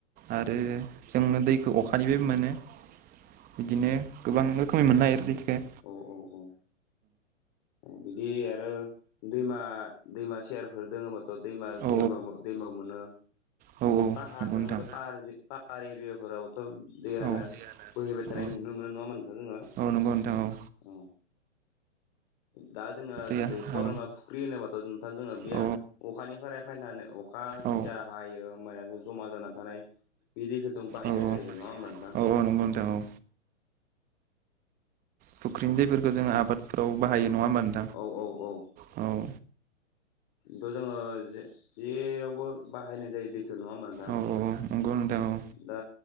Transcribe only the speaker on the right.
आरो जोङो दैखौ अखानिफ्रायबो मोनो बिदिनो गोबां रोखोमै मोननो हायो दैखो
औ
औ
नंगौ
नोंथां
औ
औ
औ नोंगौ नोंथां औ
दैया
औ
औ
औ
औ
औ औ नंगौ नोंथां औ फुख्रि दैफोरखौ जोङो आबादफोराव बाहायो नङा होमबा नो
औ
औ औ नंगौ नोंथां औ